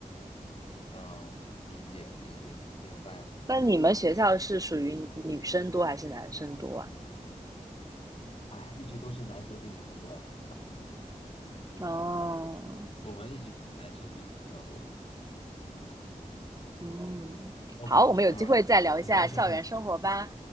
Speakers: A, on the left; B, on the right.
A: 嗯，理解理解，明白了。
B: 那你们学校是属于女生多还是男生多啊？
A: 哎，一直都是男生比女生多呀，
B: 哦，
A: 我们一直比男生比女生要多一点。
B: 嗯，
A: OK，
B: 好，我们有机会再聊一下校园生活吧。
A: 嗯，很高兴和你。